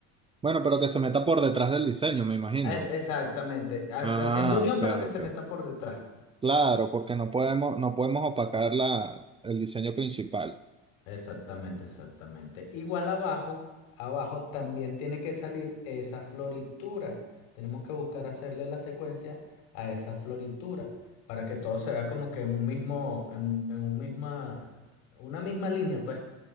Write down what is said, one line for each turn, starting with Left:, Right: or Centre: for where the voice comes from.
Right: Bueno, pero
Left: Es-
Right: que se meta por detrás del diseño, me imagino.
Left: e- Exactamente, ha-
Right: Ah,
Left: haciendo unión
Right: ok,
Left: pero que se
Right: ok.
Left: meta por detrás.
Right: Claro, porque no podemos, no podemos opacar la, el diseño principal.
Left: Exactamente, exactamente. Igual abajo, abajo también tiene que salir esa floritura. Tenemos que buscar hacerle la secuencia a esa floritura para que todo se vea como que en un mismo, en, en un misma, una misma línea, pues.